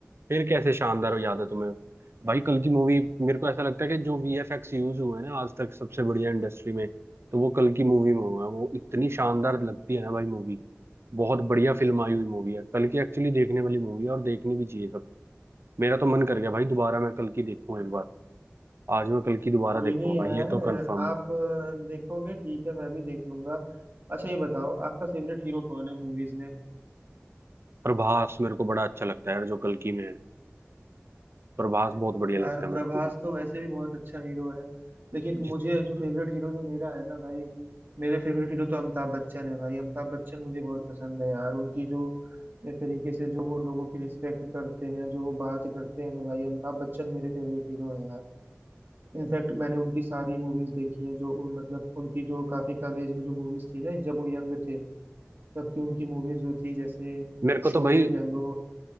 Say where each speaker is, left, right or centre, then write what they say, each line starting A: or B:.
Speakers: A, on the right; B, on the right.
A: फिर कैसे शानदार याद है तुम्हें भाई कल की मूवी मेरे को ऐसा लगता है कि जो वीएफएक्स यूज हुए हैं ना आज तक सबसे बढ़िया इंडस्ट्री में तो वो कल की मूवी में हुआ है वो इतनी शानदार लगती है ना भाई मूवी बहुत बढ़िया फिल्म आई हुई मूवी है कल की एक्चुअली देखने वाली मूवी है और देखनी भी चाहिए सबको मेरा तो मन कर गया भाई दोबारा मैं कल की देखूं एक बार आज मैं कल की दोबारा
B: कोई
A: देखूंगा
B: नहीं यार
A: भाई ये तो कंफर्म
B: आप
A: है
B: अ, देखोगे ठीक है मैं भी देख लूंगा अच्छा ये बताओ आपका फेवरेट हीरो कौन है मूवीज में
A: प्रभास मेरे को बड़ा अच्छा लगता है यार जो कल की में है प्रभास बहुत बढ़िया
B: यार
A: लगता है
B: प्रभास
A: मेरे को का
B: तो वैसे भी बहुत अच्छा हीरो है लेकिन
A: जिस-
B: मुझे जो फेवरेट हीरो जो मेरा है ना भाई मेरे फेवरेट हीरो तो अमिताभ बच्चन है भाई अमिताभ बच्चन मुझे बहुत पसंद है यार उनकी जो एक तरीके से जो वो लोगों की रिस्पेक्ट करते हैं जो वो बात करते हैं ना भाई अमिताभ बच्चन मेरे फेवरेट हीरो हैं यार इनफैक्ट मैंने उनकी सारी मूवीज देखी हैं जो उन मतलब उनकी जो काफी कम एज में जो मूवीज थी ना जब वो यंग थे तब की उनकी मूवीज जो थी जैसे
A: मेरे को तो
B: शोले
A: भाई
B: कह लो